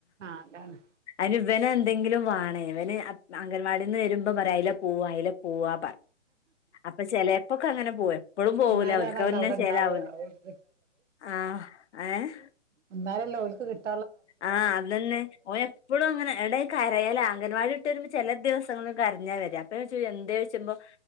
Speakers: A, on the right; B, on the left.
A: ആഹ് അതാണ്
B: അന് ഇവൻ എന്തെങ്കിലും വേണേ ഇവൻ അംഗൻവാടിന്ന് വരുമ്പോ പറയും അയിലെ പോവും അയിലെ പോവാ പറ അപ്പ ചെലയപ്പൊക്കെ അങ്ങനെ പോക എപ്പഴും പോവൂല
A: എന്നാലാണല്ലോ
B: അവൽക്കന്നെ
A: അവിടെ
B: ചിലാവൂല
A: ഉണ്ടാവുക ഓൽക്ക്
B: ആഹ് ഏഹ്
A: എന്നന്നാലല്ലോഓലക്ക് കിട്ട്
B: ആഹ് അത് തന്നെ ഓ എപ്പോഴും അങ്ങനാ എടേക്കരയലാ അംഗൻവാടി ഇ വരുമ്പോ ചെല ദിവസങ്ങള് കരഞ്ഞാ വരാ അപ്പ ചോ എന്താ ചോദിച്ച്പോ